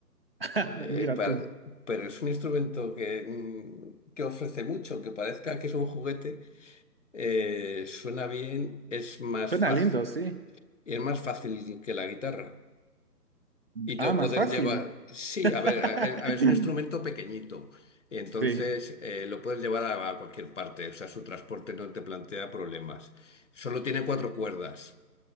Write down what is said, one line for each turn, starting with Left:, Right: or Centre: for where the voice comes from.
Right: <laughs>
Left: eh,
Right: Mira
Left: para-
Right: tú.
Left: pero es un instrumento que, mm, que ofrece mucho, que parezca que es un juguete, eh, suena bien, es más
Right: Suena
Left: fácil,
Right: lindo, sí.
Left: y es más fácil que la guitarra. Y
Right: Ah,
Left: lo
Right: más
Left: puedes
Right: fácil.
Left: llevar, sí,
Right: <laughs>
Left: a ver, a, eh, a ver, es un instrumento pequeñito, entonces
Right: Sí.
Left: eh, lo puedes llevar a, a cualquier parte, o sea, su transporte no te plantea problemas. Solo tiene cuatro cuerdas.